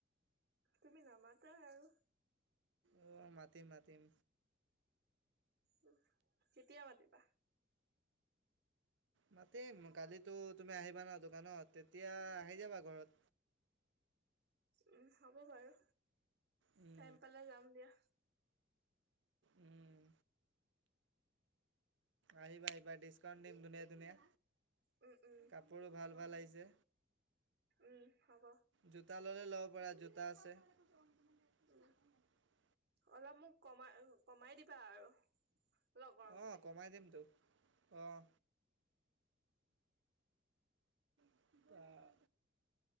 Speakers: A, on the right; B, on the right.
A: তুমি নামাতা আৰু।
B: অঁ মাতিম মাতিম।
A: উম, কেতিয়া মাতিবা?
B: মাতিম, কালিতো তুমি আহিবা ন দোকানত তেতিয়া আহি যাবা ঘৰত।
A: উম হ'ব বাৰু।
B: উম
A: টাইম পালে যাম দিয়া
B: উম। আহিবা আহিবা ডিচকাউন্ট দিম ধুনীয়া ধুনীয়া।
A: উম উম
B: কাপোৰো ভাল
A: হ'ব
B: ভাল
A: হ'ব
B: আহিছে,
A: উম হ'ব
B: জোত তা ললে ল'ব পাৰা, জোতা আছে। <unintelligible>
A: উম অলপ মোক কমা আৰু কমাই দিবা আৰু। লগৰ
B: অঁ
A: বুলি।
B: কমাই দিমতো অঁ। অঁ,